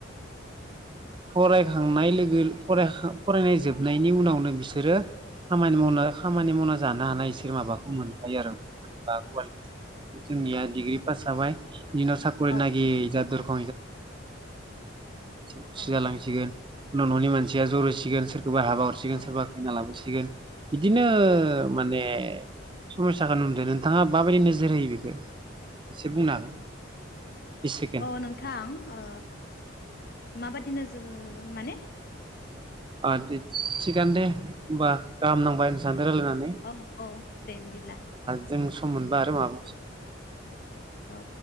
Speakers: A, on the right; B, on the left.
A: फरायखांनाय लोगो फरायखा फरायनाय जोबनायनि उनावनो बिसोर बिसोरो खामानि मावनो खामानि मावना जानो हानाय इसोर माबाखौ मोनखायो आरोबा कुवालिफिकेसन जोंनिया डिग्रि पास जाबाय इनि उनाव सााखरि
B: औ
A: नागिर जादोर <unintelligible> एसे बुसो
B: औ
A: जालांसिगोन उन न'नि मानसिया जरहोसिगोन सोर सोरबा हाबा हरसिगोन
B: औ
A: सोरबा खैना लाबोसिगोन। सिगोन बिदिनो
B: औ
A: माने समयसाखौ नुदों नोंथाङा माबायदि नोजोर होयो बेखौ एसे बुंनो हागोन? बिस सेकेण्ड
B: अ नोंथां ओ माबादिनो नोजो माने
A: आरो दे थिगानो दे होमबा गाहाम नांबा इसान रायलायनानै
B: औ औ दे बिदिब्ला
A: जों सम मोनबा आरो माबा मा
B: औ